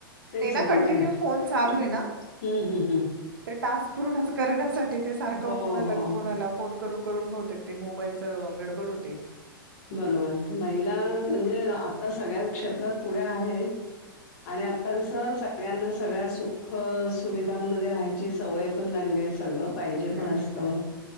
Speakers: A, on the left; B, on the right.
A: तेच
B: ते ना कंटिन्यू
A: मग
B: फो चालू
A: हं,
B: आहे ना
A: हं, हं.
B: तर टास्क पूर्णच करण्यासाठी ते सारखं
A: हो,
B: कोणाला
A: हो
B: ना कोणाला फोन करून करून बहुतेक ते मोबाईलच गड बड होते.
A: बरोबर महिला म्हणजे आता सगळ्या क्षेत्रात पुढे आहेत. आणि आता कस सगळ्यांना सगळ्या सुख सुविधांमध्ये राहायची सवय पण लागली हे सगळं पाहिजे
B: हम्म
A: पण
B: हम्म
A: असतं.
B: हम्म